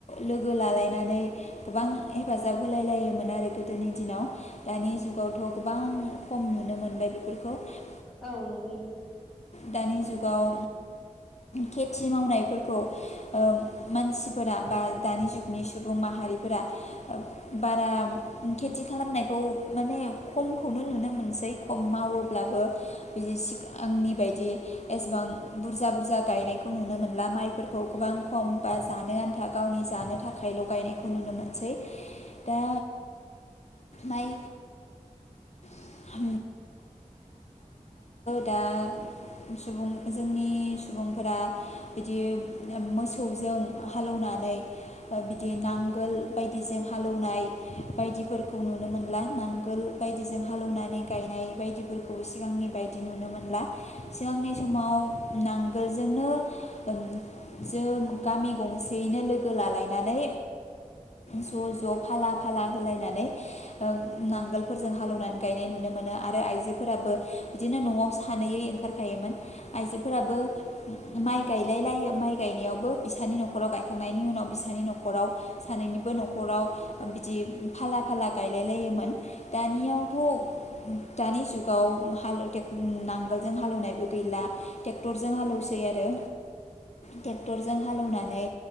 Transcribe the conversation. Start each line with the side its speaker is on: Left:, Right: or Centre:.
Left: लोगो लालायनानै गोबां हेफाजाब होलाय लायोमोन आरो गोदोनि दिनाव दानि जुगावथ' गोबां खम नुनो मोनबाय बे <inaudible>
Centre: औ नंगौ नोंथां
Left: दानि जुगाव खेथि मावनायफोरखौ ओ मानसिफोरा बा दानि जुगनि सुबुं माहारिफोरा बारा खेथि खालामनायखौ माने खमखौनो नुनो मोनसै खम मावोब्लाबो बिदि सिगांनि बायदि एसेबां बुरजा बुरजा गायनायखौ नुनो मोनला माइफोरखौ गोबां खम बा जानो आन्था गावनि जानो थाखायल' गायनायखौ नुनो मोनसै दा माइ <inaudible> दा सुबुं जोंनि सुबुंफोरा बिदि ओ मोसौजों हालौनानै बिदि नांगोल बायदिजों हालौनाय बायदिफोरखौ नुनो मोनला नांगोल बायदिजों हालौवनानै गायनाय बायदिफोरखौ सिगांनि बायदि नुनो मोनला सिगांनि समाव नांगोलजोंनो ओ जों गामि गंसेयैनो लोगो लालायनानै ज' ज' फाला फाला होलायनानै नांगोलफोरजों हालौ गायनाय नुनो मोनो आरो आइजोफोराबो बिदिनो न'आव सानैैयै ओंखारखायोमोन आइजो फोराबो माइ गायलायलायो माइ गायनायावबो बिसानि नखराव गायखांनायनि उनाव बिसानि नखराव सानैनिबो नखराव बिदि फाला फाला गाय <unintelligible> लायोमोन दानियाव थ दानि जुगाव हालु टेक नांगोलजों हालेवनायबो गैला ट्रेक्टरजों हालौवसै आरो ट्रेक्टरजों हालेवनानै